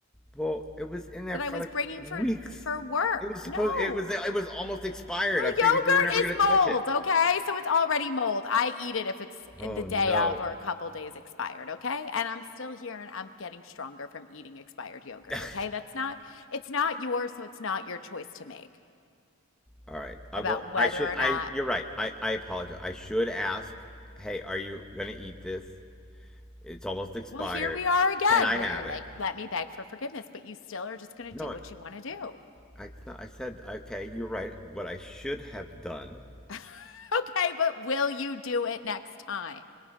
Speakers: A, in the centre; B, on the left.
A: Well, it was in there
B: that
A: for
B: I was
A: like
B: bringing
A: weeks.
B: for for work.
A: It was supposed
B: No.
A: it was it was almost expired.
B: Well,
A: I figured
B: yogurt
A: you were never
B: is
A: gonna touch
B: mold,
A: it.
B: okay? So it's already mold. I eat it if it's
A: Oh
B: the day
A: no.
B: of or a couple days expired, okay? And I'm still here and I'm getting stronger from eating expired yogurt,
A: <laughs>
B: okay? That's not it's not yours, so it's not your choice to make
A: All right. I
B: about
A: will.
B: whether
A: I should.
B: or
A: I.
B: not
A: You're right. I. I apologize. I should ask. Hey, are you gonna eat this? It's almost expired.
B: Well, here we are again
A: Can I
B: where
A: have
B: you're
A: it?
B: like, "Let me beg for forgiveness," but you still are just going
A: No.
B: to do what you want to do.
A: I. it's not- I said. Okay. You're right. What I should have done.
B: <laughs> okay, but will you do it next time?